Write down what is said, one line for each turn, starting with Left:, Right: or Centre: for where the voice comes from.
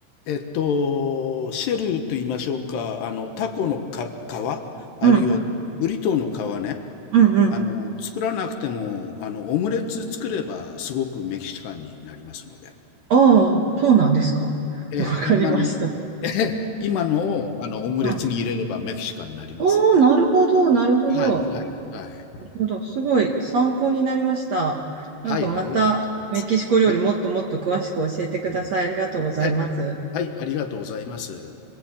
Left: え、えっと、シェルと言いましょうか、あの、タコのか皮、あるいはブリトーの皮ね、
Right: うんうんうん。
Left: あの、作らなくても、あの、オムレツ作ればすごくメキシカンになりますので、
Right: ああ、そうなんですか。<laughs>
Left: ええ、
Right: わかりました。
Left: 今の、ええ、今のを、あの、オムレツに入れればメキシカンになりますんで。
Right: うん。ああなるほど、なるほど。
Left: はい、はい、はい。
Right: なるほど。すごい参考になりました。なんかまたメキシコ料理もっともっと詳しく教えてください。
Left: はい、ありがとうございます。はい、
Right: ありがとうございます。
Left: はい、はい、ありがとうございます。